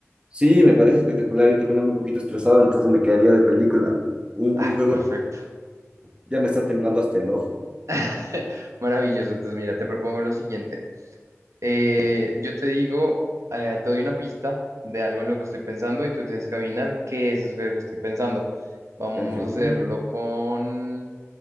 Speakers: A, on the right (about 20°); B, on the right (about 85°).
A: Sí, me parece espectacular. Yo también ando un poquito estresado, entonces me quedaría de película. Un,
B: Ah,
A: un juego.
B: perfecto.
A: Ya me está temblando hasta el ojo.
B: <laughs> Maravilloso. Entonces, mira, te propongo lo siguiente. Eh, yo te digo, eh, te doy una pista de algo en lo que estoy pensando y tú tienes que adivinar qué es eso que que estoy pensando. Vamos
A: Perfecto.
B: a hacerlo con